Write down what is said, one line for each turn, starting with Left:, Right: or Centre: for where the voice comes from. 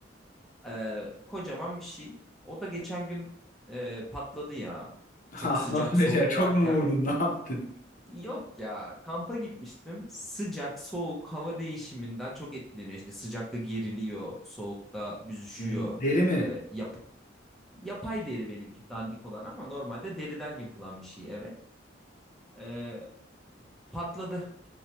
Centre: E, kocaman bir şey. O da geçen gün e, patladı ya. Çok
Left: Ah
Centre: sıcak
Left: nasıl
Centre: soğuk
Left: becer? Çok
Centre: derken
Left: mu vurdun? Ne yaptın?
Centre: Yok ya kampa gitmiştim. Sıcak, soğuk, hava değişiminden çok etkileniyor. İşte sıcakta geriliyor, soğukta büzüşüyor.
Left: Hmm, deri mi?
Centre: Ee, yap yapay deri benimki dandik olan ama normalde deriden yapılan bir şey evet. Ee, patladı.